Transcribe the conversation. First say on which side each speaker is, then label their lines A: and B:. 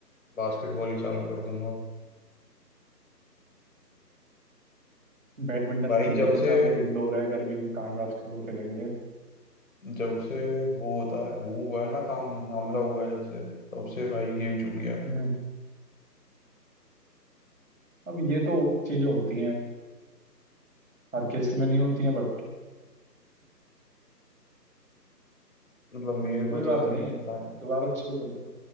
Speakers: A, on the left (about 50°); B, on the right (about 55°).
A: बास्केटबॉल ही चालू कर दूंगा
B: बैडमिंटन
A: भाई
B: कर लेंगे
A: जब से
B: चालू इंडोर है गर्मी में कहाँ ही बास्केटबॉल खेलेंगे
A: जब से वो होता है वो हुआ है ना काम मामला हुआ है जब से तब से भाई गेम छूट गया
B: हम्म अब ये तो चीजें होती हैं हर केस में नहीं होती हैं बट
A: मतलब मेरे को
B: कोई
A: तो
B: बात
A: ऐसे ही
B: नहीं
A: लगता है
B: दोबारा शुरू कर दें